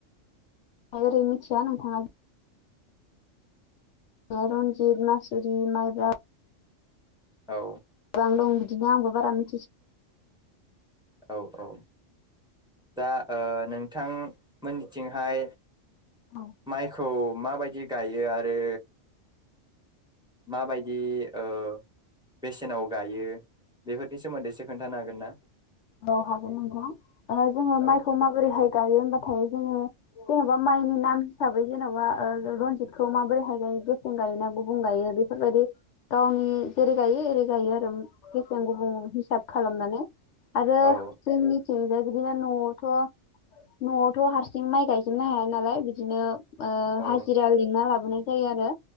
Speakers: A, on the left (about 70°); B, in the centre.
A: ओरै मिथिया नोंथांआ रन्जित, मासुरि, माइब्रा
B: औ
A: गोबां दं बिदिनो आंबो बारा मिथि
B: औ औ दा ओ नोंथांमोननिथिंहाय
A: औ
B: माइखौ माबायदि गायो आरो माबायदि ओ बेसेनाव गायो बेफोरनि सोमोन्दैसो खोन्थानो हागोन ना?
A: औ हागोन नोंथां जोङो
B: औ
A: माइखौ माबोरैहाय गायो होमबा थाय जोङो जेन'बा माइनि नाम हिसाबै ओ जेन'बा रनजितखौ माबोरैहाय गायो गेसें गायोना गुबुं गायो बेफोरबायदि गावनि जेरै गायो एरै गायो आरो गेसें गुबुं हिसाब खालामनानै आरो
B: औ
A: जोंनि बिदिनो न'आवथ' न'आवथ' हारसिं माइ गायजोबनो हाया नालाय बिदिनो ओ
B: औ
A: हाजिरा लिंना लाबो लेंनाय जायो आरो